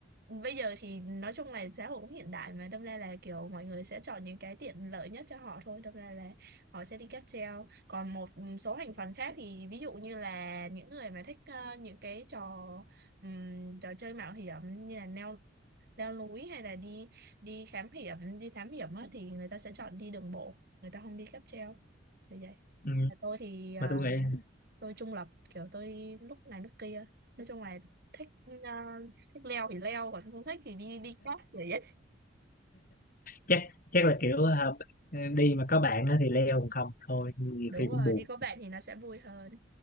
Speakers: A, on the right (about 55°); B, on the left (about 45°).
A: bây giờ thì nói chung là xã hội cũng hiện đại mà đâm ra là kiểu mọi người sẽ chọn những cái tiện lợi nhất cho họ thôi đâm ra là họ sẽ đi cáp treo còn một số thành phần khác thì ví dụ như là những người mà thích ờ, những cái trò ừm, trò chơi mạo hiểm như là leo leo núi hay là đi đi khám hiểm đi thám hiểm á, thì người ta sẽ chọn đi đường bộ người ta không đi cáp treo như vậy
B: ừ.
A: và tôi thì ờ,
B: mà tôi nghĩ
A: tôi trung lập kiểu tôi lúc này lúc kia nói chung là thích ờ, thích leo thì leo còn không thích thì đi đi cót vậy ấy.
B: chắc chắc là kiểu ờ, đi mà có bạn á thì leo còn không thôi nhiều
A: đúng
B: khi
A: rồi
B: cũng buồn
A: đi có bạn thì nó sẽ vui hơn